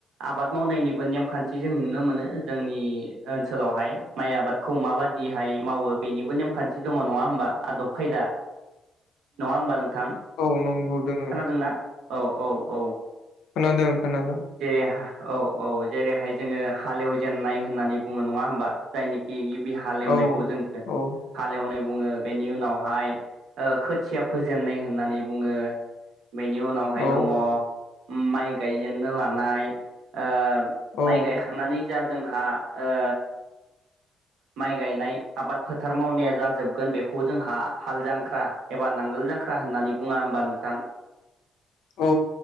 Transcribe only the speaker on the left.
औ नंगौ दोङो
खोनादों खोनादों
औ
औ
औ
औ
<inaudible>
औ